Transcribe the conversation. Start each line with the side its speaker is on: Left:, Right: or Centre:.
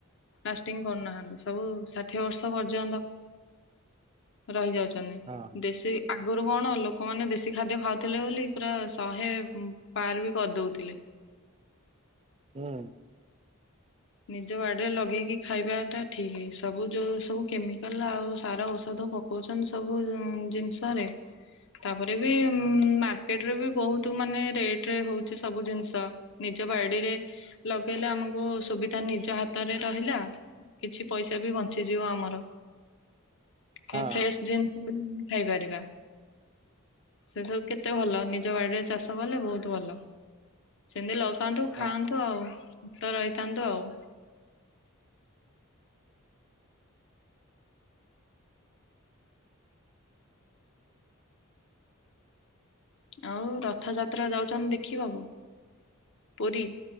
Left: ଲାଷ୍ଟିଂ କରୁନାହାନ୍ତି। ସବୁ ଷାଠିଏ ବର୍ଷ ପର୍ଯ୍ୟନ୍ତ ରହି ଯାଉଚନ୍ତି।
Right: ହଁ
Left: ଦେଶୀ ଆଗରୁ କଣ ଲୋକମାନେ ଦେଶୀ ଖାଦ୍ୟ ଖାଉଥିଲେ ବୋଲି ପୁରା ଶହେ ପାର ବି କରିଦଉଥିଲେ।
Right: ହୁଁ।
Left: ନିଜ ବାଡ଼ିରେ ଲଗେଇକି ଖାଇବା ଟା ଠିକ୍ ସବୁ ଯୋଉ ସବୁ କେମିକାଲ ଆଉ ସାରା ଔଷଧ ପ କୋଉଚନ୍ତି ସବୁ ଜିନିଷରେ ତାପରେ ବି ମାର୍କେଟରେ ବି ବହୁତ ମାନେ ରେଟ ରେ ହଉଚି ସବୁ ଜିନିଷ। ନିଜ ବାଡିରେ ଲଗେଇଲେ ଆମକୁ ସୁବିଧା ନିଜ ହାତରେ ରହିଲା କିଛି ପଇସା ବି ବଞ୍ଚିଯିବ ଆମର। ଟିକେ
Right: ହଁ
Left: ଫ୍ରେଶ <unintelligible> ଖାଇପାରିବା। ସେ ସବୁ କେତେ ଭଲ ନିଜ ବାଡିରେ ଚାଷ କଲେ ବହୁତ ଭଲ। ସେମିତି ଲଗାନ୍ତୁ ଖାଆନ୍ତୁ
Right: ହଁ।
Left: ଆଉ ସୁଥ ରହିଥାନ୍ତୁ ଆଉ। ଆଉ ରଥଯାତ୍ରା ଯାଉଛନ୍ତି ଦେଖିବାକୁ ପୁରୀ?